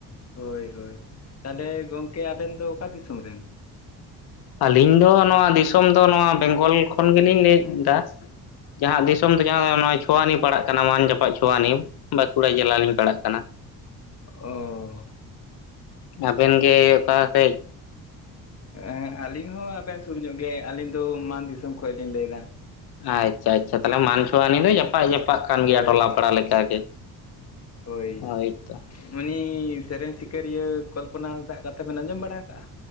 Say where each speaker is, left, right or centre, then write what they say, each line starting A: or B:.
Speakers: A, on the left (about 40°); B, on the left (about 70°).
A: ᱦᱳᱭ ᱦᱳᱭ ᱛᱟᱞᱦᱮ ᱜᱚᱝᱠᱮ ᱟᱵᱮᱱ ᱫᱚ ᱚᱠᱟ ᱫᱤᱥᱚᱢ ᱨᱮᱱ?
B: ᱟᱹᱞᱤᱧ ᱫᱚ ᱱᱚᱣᱟ ᱫᱤᱥᱚᱢ ᱫᱚ ᱱᱚᱣᱟ ᱵᱮᱝᱜᱚᱞ ᱠᱷᱚᱱ ᱜᱮᱞᱤᱧ ᱞᱮᱹᱭᱮᱫᱟ ᱡᱟᱦᱟᱸ ᱫᱤᱥᱚᱢ ᱫᱚ ᱡᱟᱦᱟᱸ ᱫᱚ ᱱᱚᱣᱟ ᱪᱷᱚᱣᱟᱱᱤ ᱯᱟᱲᱟᱜ ᱠᱟᱱᱟ ᱢᱟᱱ ᱡᱟᱯᱟᱜ ᱪᱷᱳᱣᱟᱱᱤ ᱵᱟᱸᱠᱩᱲᱟ ᱡᱮᱞᱟ ᱞᱤᱧ ᱯᱟᱲᱟᱜ ᱠᱟᱱᱟ
A: ᱚᱻ
B: ᱟᱵᱮᱱ ᱜᱮ ᱚᱠᱟ ᱥᱮᱡ?
A: ᱦᱮᱸ ᱟᱹᱞᱤᱧ ᱦᱚᱸ ᱟᱵᱮᱱ ᱥᱩᱨ ᱧᱚᱜ ᱜᱮ ᱟᱹᱞᱤᱧ ᱫᱚ ᱢᱟᱱ ᱫᱤᱥᱚᱢ ᱠᱷᱚᱡ ᱞᱤᱧ ᱞᱟᱹᱭ ᱫᱟ
B: ᱟᱪᱪᱷᱟ ᱟᱪᱪᱷᱟ ᱛᱟᱞᱦᱮ ᱢᱟᱱ ᱪᱷᱚᱣᱟᱱᱤ ᱫᱚ ᱡᱟᱯᱟᱜ ᱡᱟᱯᱟᱜ ᱠᱟᱱ
A: ᱦᱳᱭ
B: ᱜᱮᱭᱟ ᱴᱚᱞᱟ
A: ᱦᱳᱭ
B: ᱯᱟᱲᱟ ᱞᱮᱠᱟᱜᱮ
A: ᱦᱳᱭ
B: ᱦᱳᱭᱛᱚ
A: ᱩᱱᱤ ᱥᱮᱨᱮᱧ ᱥᱤᱠᱟᱹᱨᱤᱭᱟᱹ ᱠᱚᱞᱯᱚᱱᱟ ᱦᱟᱸᱥᱫᱟᱜᱴ ᱠᱟᱛᱷᱟ ᱵᱮᱱ ᱟᱸᱡᱚᱢ ᱵᱟᱲᱟ ᱟᱠᱟᱜᱼᱟ?